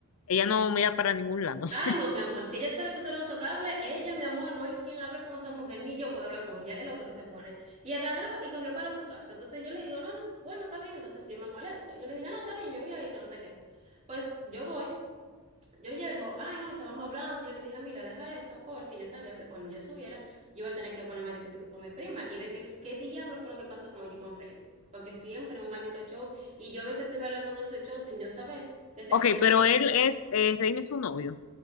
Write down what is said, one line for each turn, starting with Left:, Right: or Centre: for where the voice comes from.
Left: Ella no mira para ningún lado.
Right: Ay,
Left: <laughs>
Right: no, mi amor, si a ella se le cruzaron esos cables, ella, mi amor, no hay quien hable con esa mujer, ni yo puedo hablar con ella, es loca que se pone. Y agarró y cogió para su casa. Entonces yo le digo, no, no, bueno, está bien, entonces yo me molesto. Yo le dije, no, está bien, yo vi ahí que no sé qué. Pues yo voy. Yo llego, ay no, estábamos hablando, yo le dije, mira, deja eso, porque yo sabía que cuando yo subiera, yo iba a tener que ponerme a discutir con mi prima y ver qué, qué diablo fue lo que pasó con allí con Raymond. Porque siempre es un maldito show, y yo a veces estoy bailando en esos shows sin yo saber, que se
Left: Ok,
Right: ponen
Left: pero
Right: a...
Left: él es, eh, Reina es su novio.